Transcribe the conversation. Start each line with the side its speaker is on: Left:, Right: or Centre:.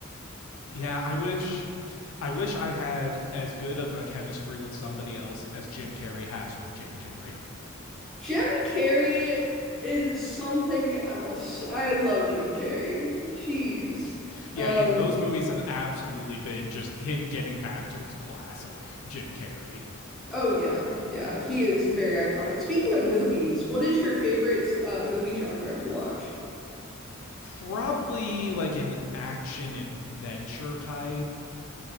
Left: Yeah, I wish I wish I had as good of a chemistry with somebody else as Jim Carrey has with Jim Carrey.
Centre: Jim Carrey is something else. I love Jim Carrey. Jeez.
Left: Yeah,
Centre: Um
Left: and those movies have absolutely been just him getting back to his classic Jim Carrey.
Centre: oh yeah. Yeah, he is very iconic. Speaking of movies, what is your favorite uh movie genre to watch?
Left: Probably like an action adventure type,